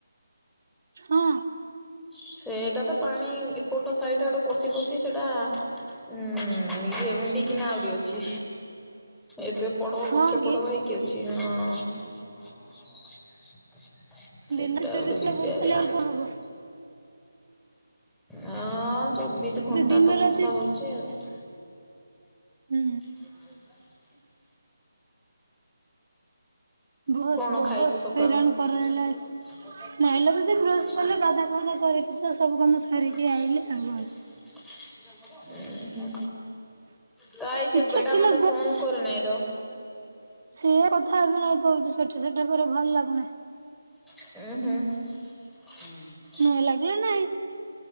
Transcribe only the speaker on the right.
ହଁ।
ହଁ
କି
ଦିନରେ ଚବିଶ
ଘଣ୍ଟା
ବର୍ଷା ହେଲେ ଆଉ କଣ ହବ?
ଦିନ
ରାତି
ହୁଁ।
ବହୁତ
ବହୁତ
ହଇରାଣ କରାହେଲା।
ନାଇଁଲୋ
ଦିଦି ବ୍ରସ୍
କଲେ ଗାଧା ପାଧା କରିକି ତ ସବୁ କାମ ସାରିକି ଆଇଲି
ଆଉ।
ଇଚ୍ଛା
ଥିଲେ
ସିଏ କଥା ବି ନୟ କହୁଛି ସେଠି ସେଠି ଫେରେ ଭଲ ଲାଗୁନି।
ନ ଲାଗିଲେ ନାଇଁ।